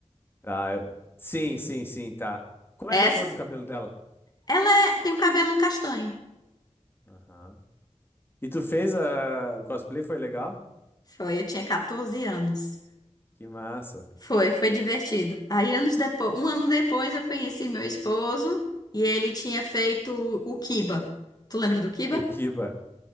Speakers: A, on the left; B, on the left.
A: Ah, eu- sim, sim, sim, tá. Como
B: Essa,
A: é que é a cor do cabelo dela?
B: ela é- tem o cabelo castanho.
A: Aham. E tu fez a o cosplay, foi legal?
B: Foi, eu tinha 14 anos.
A: Que massa.
B: Foi, foi divertido. Aí anos depois, um ano depois eu conheci meu esposo e ele tinha feito o Kiba. Tu lembra do Kiba?
A: O Kiba.